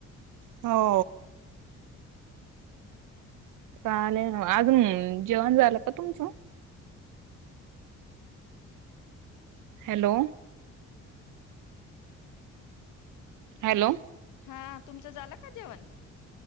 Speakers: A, on the right; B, on the left.
A: हो चालेल, म अजून जेवण झालं का तुमचं? हॅलो! हॅलो!
B: हा, तुमचं झालं का जेवण?